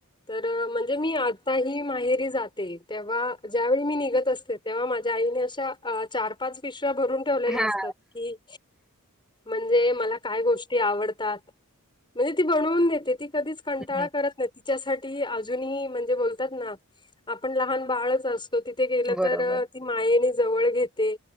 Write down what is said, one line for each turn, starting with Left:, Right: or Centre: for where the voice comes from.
Left: तर म्हणजे मी आता ही माहेरी जाते तेव्हा ज्यावेळी मी निघत असते. तेव्हा माझ्या आईने अशा, चार पाच पिशव्या भरून ठेवलेल्या
Centre: हां.
Left: असतात की. म्हणजे मला काय गोष्टी आवडतात, म्हणजे ती बनवून देते ती कधीच. कंटाळा
Centre: हं, हं.
Left: करत नाही. तिच्यासाठी अजूनही म्हणजे बोलतात ना, आपण लहान बाळच अस तो तिथे गेलं
Centre: बरोबर.
Left: तर. मायेने जवळ घेते